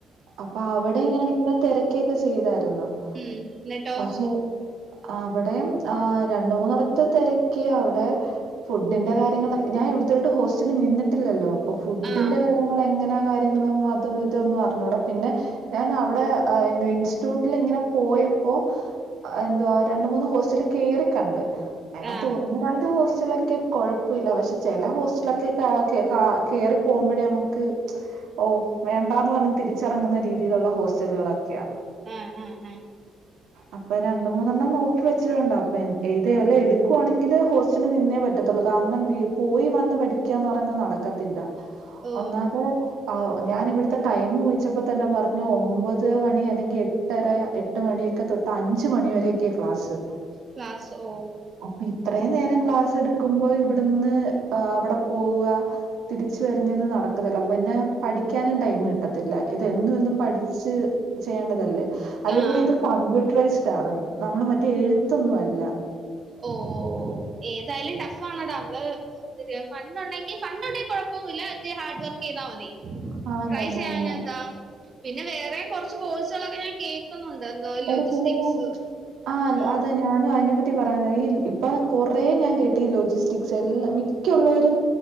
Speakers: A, on the right; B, on the right.
A: അപ്പൊ അവിടെ ഞാനിങ്ങനെ തിരക്കിയൊക്കെ ചെയ്തായിരുന്നു
B: ഉം എന്നട്ടോ?
A: പക്ഷെ അവിടെയും ആ രണ്ട മൂന്നിടത്ത് തിരക്കിയവിടെ ഫുഡിന്റെ കാര്യങ്ങള ഞാൻവിടുത്തോട്ട് ഹോസ്റ്റലിൽ നിന്നിട്ടില്ലല്ലോ അപ്പൊ ഫുഡിന്റെ
B: ആഹ്
A: കാര്യങ്ങള് എങ്ങനാ കാര്യങ്ങളും അതം ഇത ഒന്നും അറഞ്ഞുട പിന്നെ ഞാൻ അവിടെ എന്ത ഇൻസ്റ്റിറ്റ്യൂട്ടിൽ ഇങ്ങനെ പോയപ്പോ എന്തുവാ രണ്ട മൂന്ന് ഹോസ്റ്റല് കേറിക്കണ്ട് അതിനതിനകത്ത്
B: ആഹ്
A: ഒന്ന് രണ്ട് ഹോസ്റ്റലൊക്കെ കൊഴപ്പമില്ല പക്ഷെ ചില ഹോസ്റ്റലൊക്കെ ക കേ ക കേറി പോകുമ്പോഴേ നമുക്ക് ഓ വേണ്ടാന്ന് പറഞ് തിരിച്ചറങ്ങുന്ന രീതിയിലുള്ള ഹോസ്റ്റലുകളൊക്കെയാ
B: ആഹ് ആഹ് ആഹ്
A: അപ്പൊ രണ്ട്‌ മൂന്നെണ്ണം നോക്കി വച്ചിട്ടുണ്ട്‌ അപ്പ എഏത് വല്ലോം എടുക്കുവാണെങ്കിൽ ഹോസ്റ്റലി നിന്നേ പറ്റത്ത ത്തുള്ളൂ കാരണം പോയി വന്ന് പഠിക്കാന്ന് പറയ്ന്നേ നടക്കത്തില്ല
B: ഓ
A: ഒന്നാമത് ആഹ ഞാനിവിടുത്തെ ടൈമ് ചോദിച്ചപ്പോ തന്നെ പറഞ്ഞു ഒമ്പത് മണി അല്ലെങ്കിൽ എട്ടര എ എട്ട് മണിയൊക്കെ തൊട്ട് അഞ്ച് മണിരെയൊക്കെയേ ക്ലാസ്
B: ക്ലാസ് ഓ
A: അപ്പൊ ഇത്രയും നേരം ക്ലാസ്സ് എടുക്കുമ്പോ ഇവിടുന്ന് അവിടെ പോവ തിരിച്ചു വരുന്നേന്നും നടക്കുന്നില്ല അപ്പന്നെ പഠിക്കാനും ടൈമ് കിട്ടത്തില്ല ഇതെന്നുഎന്നും പഠിച്ച് ചെയ്യേണ്ടതല്ലേ അതേപോലെ
B: ആഹ്
A: ഇത് കമ്പ്യൂട്ടറൈസ്ഡ് ആണ് നമ്മള് മറ്റേ എഴുത്തൊന്നും അല്ല
B: ഓ ഓ ഓ ഏതായാലും ടഫ് ഫ്ഫാണടാ നമ്മള് ഫണ്ട് ഉണ്ടെങ്കി ഫണ്ടുണ്ടെങ്കി കുഴപ്പൊന്നുല്ല ഇത്തിരി ഹാർഡ് വർക്ക് ചെയ്താൽ മതി.
A: ആ
B: ട്രൈ
A: തന്നെ
B: ചെയ്യാഞ്ഞന്താ
A: തന്നെ
B: പിന്നെ വേറെയും കൊർച്ച് കോഴ്സുകളൊക്കെ ഞാൻ കേ ക്കുന്നുണ്ട് എന്തോ
A: എടി
B: ലോജിസ്റ്റിക്സ്
A: പിന്നെ ഞാൻ
B: ഉം
A: ആ ലോ- അതാ ഞാനും അയിനെപ്പറ്റി പറയുന്ന ഈ ഇപ്പൊ കൊറേ ഞാൻ കേട്ടീ ലൊജിസ്റ്റിക്സ് എല്ലാം മിക്കള്ളോരും